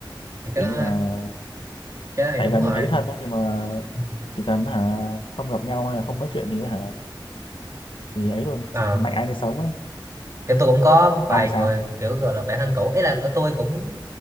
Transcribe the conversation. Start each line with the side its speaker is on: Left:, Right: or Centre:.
Right: Thì cái
Left: kiểu
Right: đó
Left: như là
Right: cái đó thì
Left: tại
Right: đúng
Left: gần
Right: rồi.
Left: thì thấy thân đấy nhưng mà
Right: Ừ,
Left: chỉ cần hả không gặp nhau hay là không nói chuyện thì hả thì ấy luôn
Right: Ờ
Left: mạnh ai nấy sống ấy
Right: kiểu tôi cũng có vài
Left: Còn ông thì
Right: người
Left: sao
Right: kiểu gọi là bạn thân cũ ý là của tôi cũng